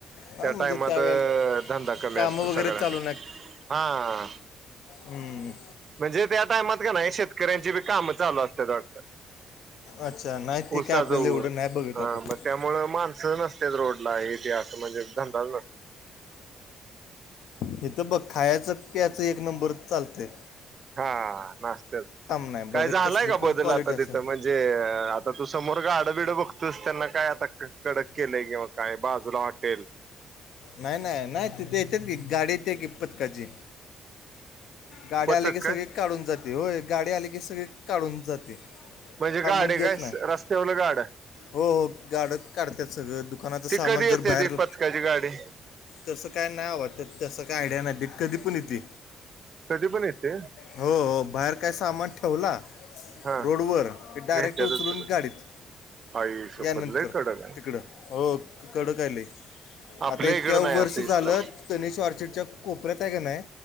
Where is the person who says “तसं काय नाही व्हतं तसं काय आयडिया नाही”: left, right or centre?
Left